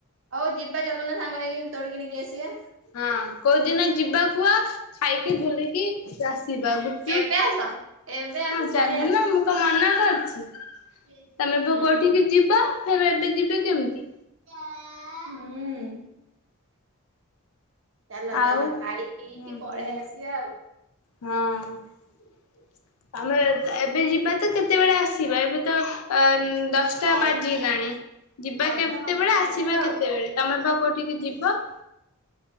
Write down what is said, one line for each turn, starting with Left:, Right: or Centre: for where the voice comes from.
Right: ହଉ ଯିବା ଚାଲୁନା ସାଙ୍ଗ ହେଇକି ତୋଳିକି ନେଇକି ଆସିବା।
Left: ହଁ କୋଉଦିନ ଯିବା କୁଅ ଖାଇକି ବୁଲିକି ଆସି ଯିବା ଗୁପଚୁପ
Right: ଏବେ ଆସ
Left: <inaudible>
Right: ଏବେ ଆସ
Left: ହଁ
Right: ପଳେଇ
Left: ଚାଲୁ ନ
Right: ଆସ।
Left: ମୁଁ କଣ ମନା କରିି <unintelligible>
Right: ହୁଁ।
Left: ତମେ ପା କୋଉଠିକି ଯିବ ଫେରେ ଏବେ ଯିବେ କେମିତି?
Right: <unintelligible> ହୁଁ। ଚାଲ ଚାଲ
Left: ଆଉ
Right: ଖାଇ ପିଇକି
Left: ହଁ
Right: ପଳେଇ
Left: ଚାଲ
Right: ଆସିବା ଆଉ।
Left: ହଁ <inaudible> ଆମେ ଏବେ ଯିବା ତ କେତେବେଳେ ଆସିବା ଏବେ ତ ଅ ଦଶଟା
Right: ଅ
Left: ବାଜିଲାଣି ଯିବା
Right: ଅଧଘଣ୍ଟେ
Left: କେତେବେଳେ
Right: ଲାଗିବ
Left: ଆସିବା
Right: ଆଉ।
Left: କେତେବେଳେ ତମେ ପା କଉ ଟିକେ ଯିବ <inaudible>